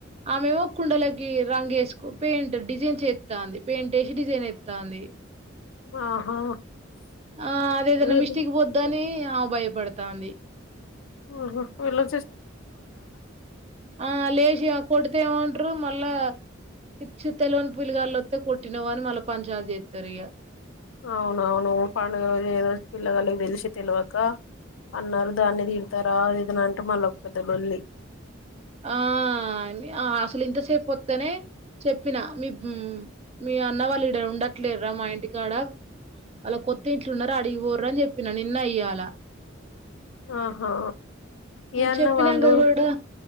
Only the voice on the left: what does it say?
ఆహా
ఆహా
ఓహ పలా
అవునవును పండుగ ఏదోజు పిల్లగలికి తెలిసి తెలివక అన్నారు దాన్ని తీడతారా లేదన అంటే మళ్ళకు పెద్దలల్ళలి
ఆహా ఏన్న
వాళ్ళు